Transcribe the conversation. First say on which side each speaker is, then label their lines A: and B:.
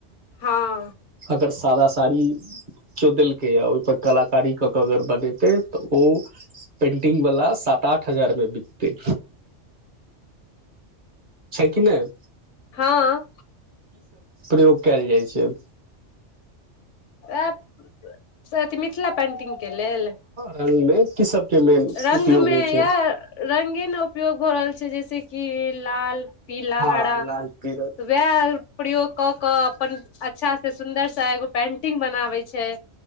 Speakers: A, on the left; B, on the right.
A: हां
B: अगर सादा साड़ी केओ देलकै य ओई पर कलाकारी क क अगर बने तै तऽ ओ पेंटिंग वाला सात आठ हजार में बिकतै छैइ कि नई
A: हां
B: प्रयोग कयल जाइ छैइ
A: एप से अथी मिथिला पेन्टिंगके लेल
B: खन में की सब के मेन
A: रंग
B: उपयोग
A: में
B: होइ छै
A: या रंगे न उपयोग भऽ रहल छै जैसे कि लाल पीला
B: हँ
A: हरा
B: लाल पीरल
A: वएह प्रयोग क कऽ अपन अच्छा से सुन्दर सा एगो पेंटिंग बनावै छैइ